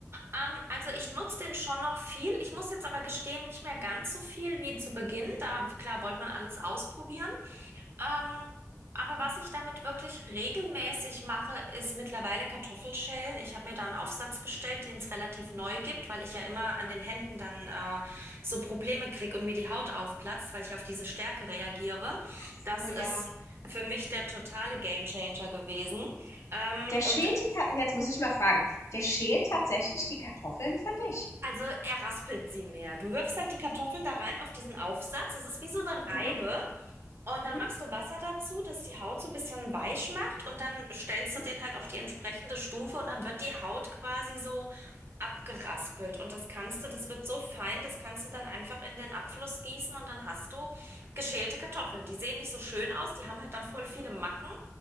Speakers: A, on the right (about 45°); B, on the left (about 70°).
A: ähm, also ich nutze den schon noch viel. Ich muss jetzt aber gestehen, nicht mehr ganz so viel wie zu Beginn. Da, klar, wollte man alles ausprobieren. Ähm, aber was ich damit wirklich regelmäßig mache, ist mittlerweile Kartoffelschälen. Ich habe mir da einen Aufsatz bestellt, den es relativ neu gibt, weil ich ja immer an den Händen dann äh, so Probleme kriege und mir die Haut aufplatzt, weil ich auf diese Stärke reagiere.
B: So,
A: Das
B: ja.
A: ist für mich der totale Gamechanger gewesen. Ähm,
B: Der schält
A: und
B: die Kartoffeln. Jetzt muss ich mal fragen. Der schält tatsächlich die Kartoffeln für dich.
A: also er raspelt sie mehr. Du wirfst halt die Kartoffeln da rein auf diesen Aufsatz. Das ist wie so eine Reibe.
B: Mhm,
A: Und
B: mhm,
A: dann machst du Wasser dazu, das die Haut so ein bisschen weich macht und dann stellst
B: mhm,
A: du den halt auf die entsprechende Stufe und dann wird die Haut quasi so abgeraspelt. Und das kannst du, das wird so fein, das kannst du dann einfach in den Abfluss gießen und dann hast du geschälte Kartoffeln. Die sehen nicht so schön aus, die haben halt dann voll viele Macken,